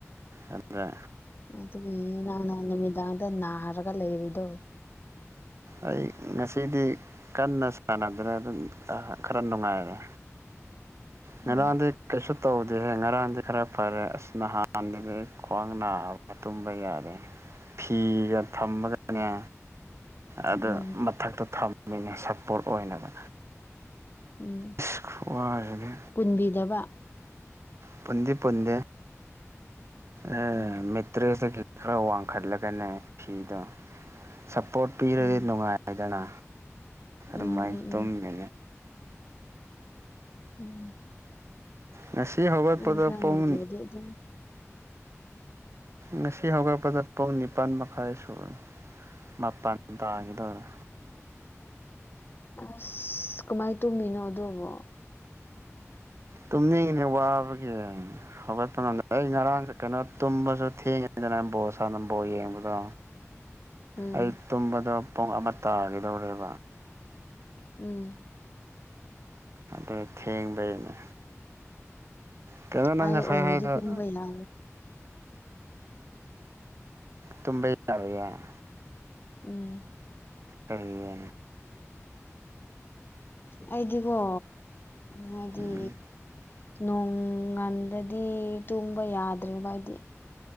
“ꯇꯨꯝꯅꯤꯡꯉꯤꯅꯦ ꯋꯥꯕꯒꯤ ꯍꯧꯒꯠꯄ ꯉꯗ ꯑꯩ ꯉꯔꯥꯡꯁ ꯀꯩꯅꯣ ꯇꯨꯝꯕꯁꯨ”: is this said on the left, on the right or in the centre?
Right